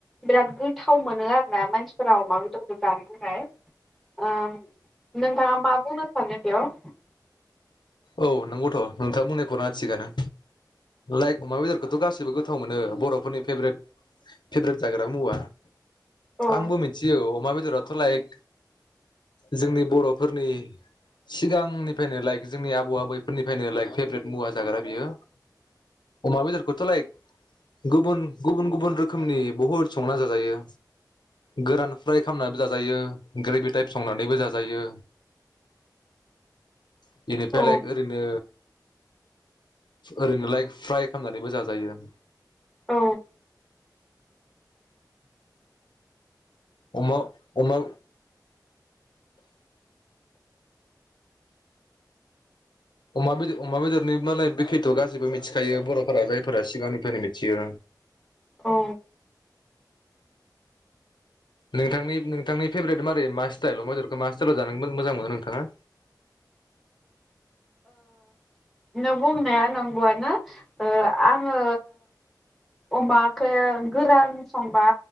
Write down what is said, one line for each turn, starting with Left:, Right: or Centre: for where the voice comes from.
Centre: बिराद गोथाव मोनो आरोना मानसिफोरा अमा बेदरखौ जानो थाखाय ओ नों दा मा सानगोन <unintelligible>
Left: औ नंगौथ' नोंथाङा बुंनायफोरा थिगानानो लाइक अमा बेदरखौथ' गासैबो गोथाव मोनो बर'फोरनि फेभ्रेट फेभ्रेट जाग्रा मुवा
Centre: औ
Left: आंबो मिथियो अमा बे राथ' लाइक जोंनि बर'फोरनि सिगांनिफ्रायनो लाइक जोंनि <unintelligible> <unintelligible> फोरनिफ्रायनो लाइक फेभ्रेट मुवा जाग्रा बियो। अमा बेदरखौथ' लाइक गुबन गुबुन गुबुन रोखोमनि बुहुद संना जाजायो गोरान फ्राय खालामनानैबो जाजायो ग्रेभि टाइप संनानैबो जाजायो। <unintelligible>
Centre: औ
Left: लाइक ओरैनो ओरैनोलाय फ्राय खामनानैबो जाजायो‌।
Centre: औ
Left: अमा अमा अमा बेद अमा बेदरनि मालाय बेखिथ' गासैबो मिथिखायो बर'फोरा जायफोरा सिगांनिफ्रायनो मिथियो।
Centre: औ
Left: नोंथांनि नोंथांनि फेभ्रेट मारै मा स्टाइलाव अमाबेदरखौ मा स्टािइलाव जानो मोजां मोनो नोंथाङा?
Centre: नों बुंनाया नंगौआनो। ओ आङो अमा खो गोरान संबा